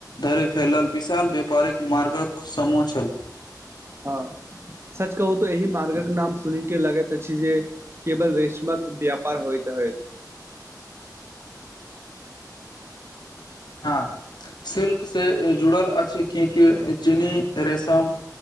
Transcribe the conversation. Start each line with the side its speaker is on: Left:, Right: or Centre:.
Left: धरि फैलल विशाल व्यापारिक मार्गक समो छल।
Right: हँ। सच कहू तऽ एहि मार्गक नाम सुन के लगैत अछि जे, केवल रेशमक व्यापार होइते। होयेत।
Left: <inaudible> हँ, सिल्क से जुड़ल अछि, कियक चीनी रेशम